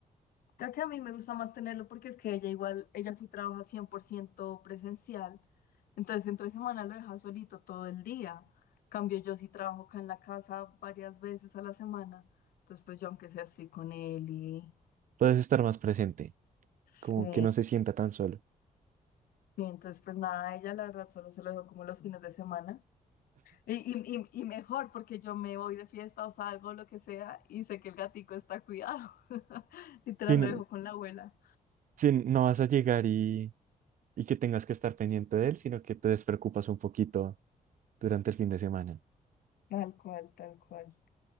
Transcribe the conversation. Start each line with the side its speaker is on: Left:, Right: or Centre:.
Left: creo que a mí me gusta más tenerlo porque es que ella igual, ella sí trabaja 100% presencial, entonces entre semana lo deja solito todo el día. Cambio yo sí trabajo acá en la casa varias veces a la semana, entonces pues yo aunque sea estoy con él y...
Right: Puedes estar más presente,
Left: Sí.
Right: como que no se sienta tan solo.
Left: Y entonces, pues nada, ella la verdad solo se lo dejo como los fines de semana. Y, y, y, y mejor porque yo me voy de fiesta o salgo, lo que sea, y sé que el gatico está cuidado. <laughs> Literal,
Right: Si no,
Left: lo dejo con la abuela.
Right: si no vas a llegar y, y que tengas que estar pendiente de él, sino que te despreocupas un poquito durante el fin de semana.
Left: Tal cual, tal cual.